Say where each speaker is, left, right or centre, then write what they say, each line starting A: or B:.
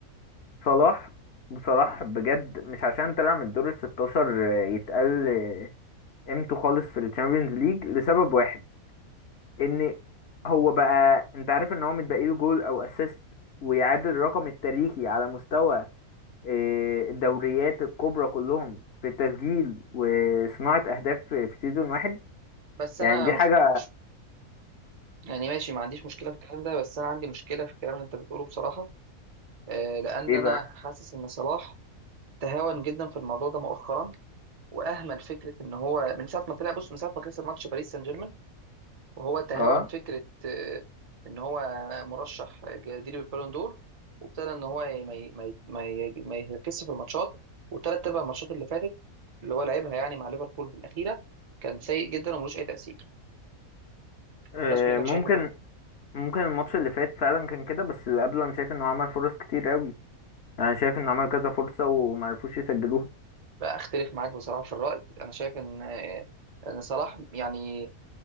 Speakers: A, on the left; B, on the right.
A: صلاح وصلاح بجد مش عشان طلع من الدور ال 16 يتقل قيمته خالص في الشامبيونز ليج لسبب واحد ان هو بقى انت عارف ان هو متبقي له جول او اسيست ويعادل الرقم التاريخي على مستوى إيه، الدوريات الكبرى كلهم في التسجيل وصناعة اهداف في في سيزون واحد
B: بس
A: يعني
B: انا
A: دي
B: مش
A: حاجة
B: مش يعني ماشي ما عنديش مشكله في الكلام ده بس انا عندي مشكله في الكلام اللي انت بتقوله بصراحه آه لان
A: ايه
B: انا
A: بقى
B: حاسس ان صلاح تهاون جدا في الموضوع ده مؤخرا واهمل فكره ان هو من ساعه ما طلع بص من ساعه ما خسر ماتش باريس سان جيرمان وهو تهاون
A: اه
B: فكرة آه، إن هو مرشح جديد بالبالون دور وابتدى إن هو ي- ما ي- ما ي- ما ي- ما يركزش في الماتشات وتلات أرباع الماتشات اللي فاتت اللي هو لعبها يعني مع ليفربول في الأخيرة كان سيء جدا وملوش أي تأثير
A: آه،
B: والناس كلها كانت
A: ممكن
B: شايفة كده
A: ممكن الماتش اللي فات فعلا كان كده بس اللي قبله انا شايف انه عمل فرص كتير قوي يعني شايف انه عمل كذا فرصة ومعرفوش يسجلوها
B: لا أختلف معاك بصراحة في الرأي أنا شايف إن آه، إن صلاح يعني